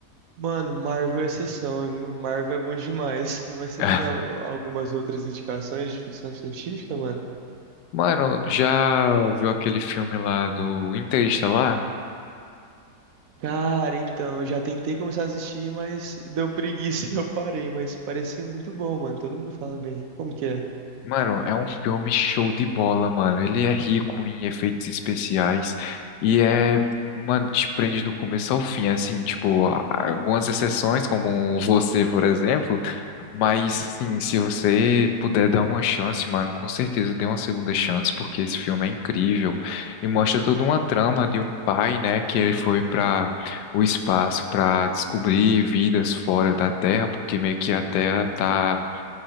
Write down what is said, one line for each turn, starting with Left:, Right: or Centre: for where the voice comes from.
Right: Mano, Marvel é exceção, viu? Marvel é bom demais. <laughs> Mas você
Left: <laughs>
Right: tem al- algumas outras indicações de ficção científica, mano?
Left: Mano, já viu aquele filme lá do Interestelar?
Right: Cara, então, eu já tentei começar a assistir, mas deu preguiça <laughs> e eu parei, mas parecia muito bom, mano. Todo mundo fala bem. Como que é?
Left: Mano, é um filme show de bola, mano. Ele é rico em efeitos especiais e é, mano, te prende do começo ao fim, assim, tipo, a- algumas exceções, como Você, por exemplo. Mas, assim, se você puder dar uma chance, mano, com certeza dê uma segunda chance, porque esse filme é incrível. E mostra toda uma trama de um pai, né, que ele foi para o espaço para descobrir vidas fora da Terra, porque meio que a Terra tá,